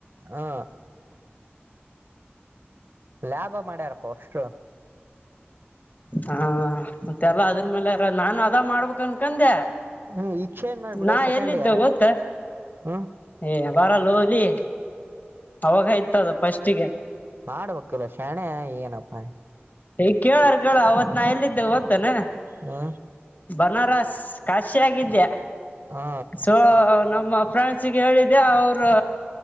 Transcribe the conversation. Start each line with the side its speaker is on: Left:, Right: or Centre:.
Right: ಹಾ ಲಾಭ ಮಾಡ್ಯಾರಪ್ಪ ಅಷ್ಟು
Left: ಹಾ ಮತ್ತೆಲ್ಲ ಅದ್ರ ಮೇಲೆ ನಾನು ಅದ ಮಾಡ್ಬೇಕಕ್ ಅನ್ಕಂದೆ
Right: ಹ್ಮ್ ಈಕ್ಷೇನ್ ಮಾಡ್ಬಿಡು
Left: ನಾ
Right: ಸೆಕೆಂಡ್
Left: ಎಲ್ಲಿದ್ದು
Right: ಇಯರ್
Left: ಗೊತ್ತ
Right: ಹ್ಮ್
Left: ಏ ಬರಲ್ಲೋಲಿ ಅವಾಗಯ್ತದ ಫಸ್ಟ್ಗೆ
Right: ಮಾಡ್ಬೇಕಿಲ್ಲ ಶಣೆ ಏನಪ್ಪಾ
Left: ಈಗ ಕೇಳಾರ ಕೇಳ ಅವತ್ ನಾ ಎಲ್ಲಿದ್ದೆ ಗೊತ್ತತಾನ
Right: ಹ
Left: ಬನಾರಸ್ ಕಾಶಿ ಆಗಿದ್ದೆ
Right: ಹಾ
Left: ಸೊ ನ ಮ್ಮ ಫ್ರ್ಯಾನ್ಗೆ ಹೇಳಿದ್ದೆ ಅವರು